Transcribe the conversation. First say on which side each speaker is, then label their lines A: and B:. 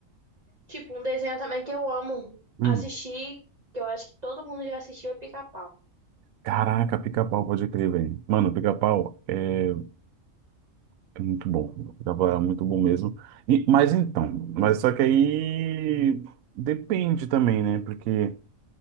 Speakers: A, on the right; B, on the right.
A: Tipo, um desenho também que eu amo
B: Hum.
A: assistir, que eu acho que todo mundo já assistiu, é Pica-Pau.
B: Caraca, pica-pau, pode crer, velho. Mano, pica-pau é, é muito bom. Pica-pau é muito bom mesmo. E, mas então, mas só que aí depende também, né? Porque